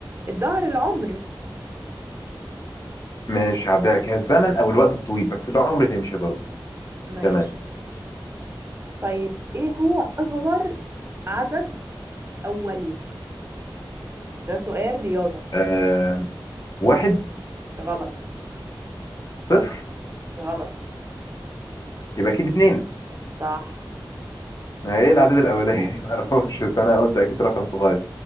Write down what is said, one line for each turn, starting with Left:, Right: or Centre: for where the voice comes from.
Right: الظهر العمر
Left: ماشي هعديها لك هي الزمن او الوقت الطويل بس العمر تمشي برضو
Right: ماشي
Left: تمام
Right: طيب إيه هو أصغر عدد أولي؟ ده سؤال رياضة
Left: آه واحد
Right: غلط
Left: صفر
Right: غلط
Left: يبقى اكيد اتنين
Right: صح
Left: ما هي ايه الاعداد الاوليه دي <laughs> ما اعرفهمش بس انا قلت اكيد رقم صغير